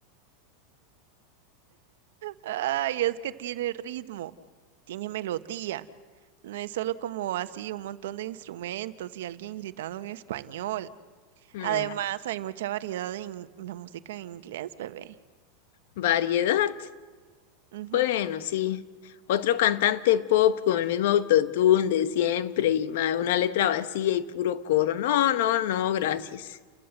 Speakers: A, on the right; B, on the left.
A: Ay, es que tiene ritmo, tiene melodía. No es solo como así un montón de instrumentos y alguien gritando en español.
B: Mm,
A: Además, hay mucha variedad en la música en inglés, bebé.
B: variedad.
A: Ujú.
B: Bueno, sí. Otro cantante pop con el mismo autotune de siempre y ma, una letra vacía y puro coro. No, no, no, gracias.